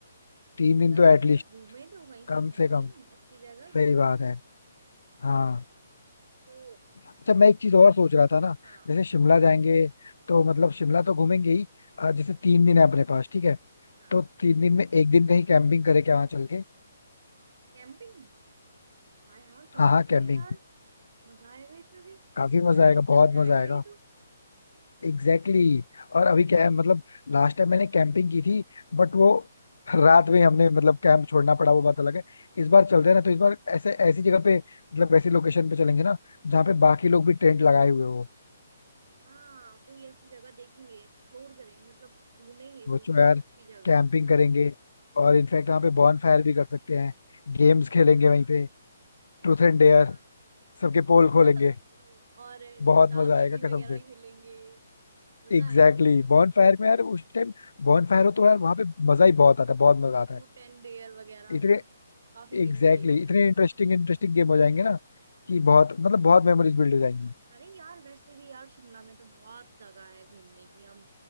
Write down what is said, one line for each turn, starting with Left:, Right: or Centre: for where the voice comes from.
Left: तीन
Right: पता
Left: दिन तो
Right: तो
Left: एटलीस्ट
Right: चले घूमे तो वही कहीं
Left: कम
Right: ना
Left: से
Right: कहीं
Left: कम
Right: अच्छी जगह
Left: सही बात है हाँ
Right: तो
Left: अच्छा मैं एक चीज और सोच रहा था ना
Right: हाँ
Left: जैसे शिमला जाएंगे तो मतलब शिमला तो घूमेंगे ही अ, जैसे तीन दिन है अपने पास ठीक है
Right: हाँ
Left: तो तीन दिन में एक दिन कहीं कैंपिंग करें क्या वहां चल के
Right: कैंपिंग हाँ यार कर
Left: हाँ
Right: सकते
Left: हाँ कैंपिंग
Right: हैं यार मजा आएगा इसमें भी
Left: काफी मजा
Right: एडवेंचर
Left: आएगा बहुत
Right: हो जाएगा
Left: मजा आएगा
Right: ये तो
Left: Exactly exactly. और अभी क्या है मतलब लास्ट टाइम मैंने कैंपिंग की थी बट वो रात में हमने मतलब कैंप छोड़ना पड़ा वो बात अलग है इस बार चलते हैं ना तो इस बार ऐसे ऐसी जगह पे मतलब ऐसी लोकेशन पे चलेंगे ना जहाँ पे बाकी लोग भी टेंट लगाए हुए हो
Right: हाँ कोई ऐसी जगह देखेंगे एक्सप्लोर करेंगे मतलब ढूंढेंगे
Left: सोचो
Right: कोई
Left: यार
Right: अच्छी जगह
Left: कैंपिंग करेंगे और इनफैक्ट वहाँ पे बॉन फायर भी कर सकते हैं गेम्स खेलेंगे
Right: हाँ
Left: वहीं पे ट्रूथ एंड डेयर
Right: हाँ
Left: सबके पोल
Right: <laughs>
Left: खोलेंगे
Right: और
Left: बहुत
Right: अंताक्षरी
Left: मजा आएगा
Right: वगैरह
Left: कसम से
Right: खेलेंगे मजा
Left: Exactly
Right: आएगा मतलब
Left: exactly. बॉन फायर में यार उस टाइम बॉन फायर हो तो यार वहाँ पे मजा ही बहुत आता है बहुत मजा आता
Right: फ्रूट
Left: है
Right: एंड डेयर वगैरह
Left: इतने
Right: मतलब काफी
Left: एग्जैक्टली
Right: गेम्स खेल लेंगे
Left: exactly, इतने इंटरेस्टिंग इंटरेस्टिंग गेम हो जाएंगे ना कि बहुत मतलब बहुत मेमोरीज बिल्ड हो जाएंगी
Right: अरे यार वैसे भी यार शिमला में तो बहुत जगह है घूमने की हम